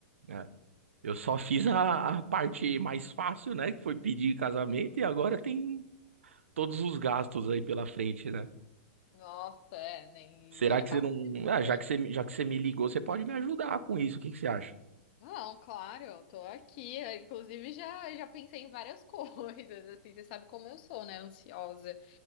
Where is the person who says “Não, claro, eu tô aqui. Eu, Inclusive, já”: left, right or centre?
Left